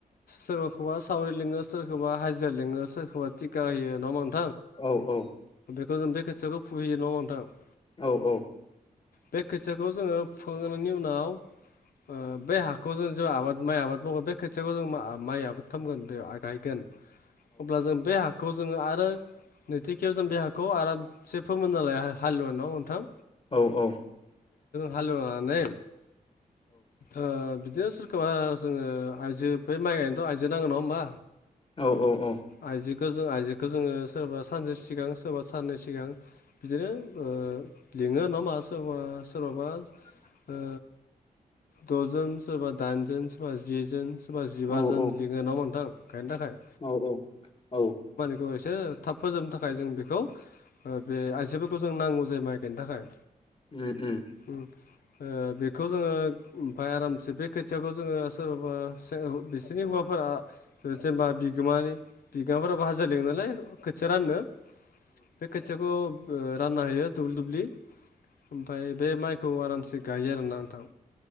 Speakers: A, on the left; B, on the left.
A: सोरखौबा सावरि लिङो सोरखौबा हाजिरा लिङो सोरखौबा टिखा होयो नङा होनबा
B: औ औ
A: गो जों बे खोथियाखौ फुहयो न' होनबा नोंथां?
B: औ- औ।
A: बे खोथियाखौ जोङो फुखांनायनि उनाव ओ- बे हाखखौ जों आबाद माइ आबाद माव बे खोथियाखौ जों माइ आबाद खालामगोन बेयाव आ-गायगोन अब्ला जों बे हा खौ-जोङो आरो नैथिखेब जों बे हाखौ आरामसे फोमोनना लायो हालेवनायाव थां?
B: औ-औ।
A: हालेवनानै ओ बिदिनो सोरखौबा जोङो आइजो बे माइ गायनोथ' आइजो नांगौ नङा होनोमबा
B: औ- औ- औ
A: आइजोखौ जों आइजोखौ जोङो सोरबा सानसे सिगां सोरबा साननै सिगां बिदिनो ओ लिङो नामा सोरबा सोरबाबा
B: <inaudible>
A: ओ द'जोन सोरबा दाइनजोन सोरबा जि जोन सोरबा जिबाजोन
B: औ औ उम
A: लिङो नामा नोंथां गायनो थाखाय
B: औ- औ- औ
A: बेखौ एसे थाब फोजोबनो थाखाय जों बेखौ बे आइजोफोरखौ जों नांगौ जायो माइ गायनो थाखाय
B: उ- उ-
A: उम ओ- बेखौ जोङो ओमफफ्राय आरामसे बे खोथियाखौ जोङो सोरबा बिसोरनि हौवा फोर जेनेबा बिगोमानि बिगोमाफोराबो हाजो लिङ नालाय खोथिया राननो बे खोथियाख <unintelligible> ओ- रानना होयो दुब्लि दुब्लि ओमफफ्राय बे माइखौ आराम एसे गायो आरोना नोंथां